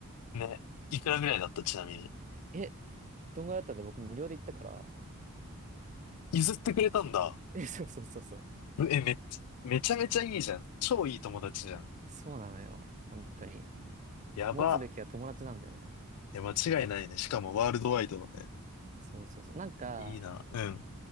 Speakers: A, on the left; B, on the right.
A: ね。いくらぐらいだったちなみに。
B: え、どんぐらいだったんだ僕無料で行ったから。
A: 譲ってくれたんだ。
B: え、<laughs> そうそうそうそう。
A: え、めっちゃ、めちゃめちゃいいじゃん。超いい友達じゃん。
B: そうなのよ。本当に。
A: やば。
B: 持つべきは友達なんだよね。
A: いや、間違いないね。しかもワールドワイドのね。
B: そうそうそう。なんか、
A: いいな。うん。